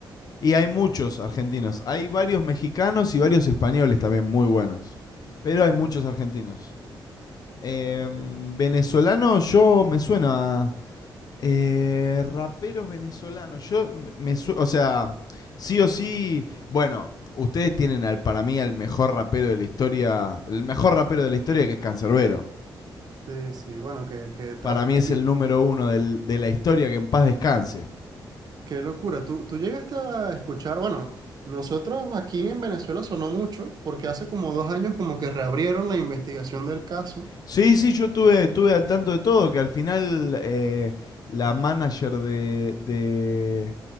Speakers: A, on the left; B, on the right.
A: Y hay muchos argentinos. Hay varios mexicanos y varios españoles también muy buenos. Pero hay muchos argentinos. Eh, venezolano,
B: Sí,
A: yo me suena. eh, raperos venezolanos. Yo me- su- O sea, sí o sí. Bueno, ustedes tienen al, para mí al mejor rapero de la historia. El mejor rapero de la historia que es Cancerbero.
B: sí, sí, bueno, qué, qué trágico.
A: Para mí es
B: Y
A: el número uno del- de la historia que en paz descanse.
B: Qué locura. ¿Tú, tú llegaste a escuchar, bueno, nosotros aquí en Venezuela sonó mucho porque hace como dos años como que reabrieron la investigación del caso.
A: Sí, sí, yo estuve, estuve al tanto de todo, que al final eh, la manager de, de-